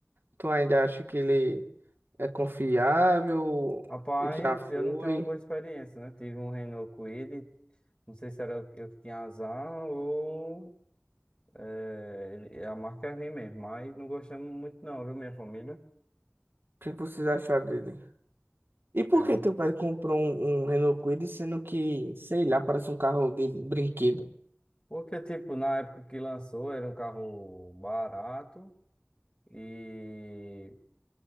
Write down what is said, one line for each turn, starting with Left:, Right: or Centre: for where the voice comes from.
Right: tu ainda acha que ele é confiável?
Left: Rapaz,
Right: Ele já foi.
Left: eu não tenho uma boa experiência, né? Tive um Renault Kwid, não sei se era eu eu que tinha azar ou eh, ele- a marca é ruim mesmo, mas não gostamos muito não, viu, minha família?
Right: O que que vocês acharam dele? E por
Left: Era
Right: que
Left: um...
Right: teu pai comprou um, um Renault Kwid, sendo que, sei lá, parece um carro de brinquedo?
Left: Porque, tipo, na época que lançou, era um carro barato e,